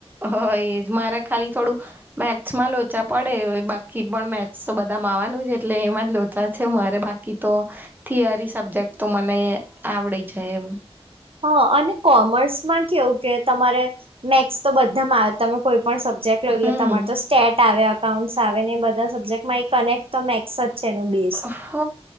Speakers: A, on the right (about 20°); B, on the right (about 60°).
A: હ એજ મારે ખાલી થોડું. મેથ્સમાં લોચા પડે બાકી પણ મેથ્સ તો બધામાં આવાનું જ એટલે એમાં જ લોચા છે મારે બાકી. તો થિયરી સબ્જેક્ટ તો મને આવડી જાય એમ.
B: હા અને કોમર્સમાં કેવું કે તમારે મેથસ તો બધામાં. તમે કોઈ પણ સબ્જેક્ટ લો એટલે
A: હમ
B: તમારે સ્ટેટ આવે. એકાઉન્ટસ્ આવે ને બધા સબ્જેક્ટમાં એક કનેક્ટ તો મેકસ જ છે એનું બે.
A: હ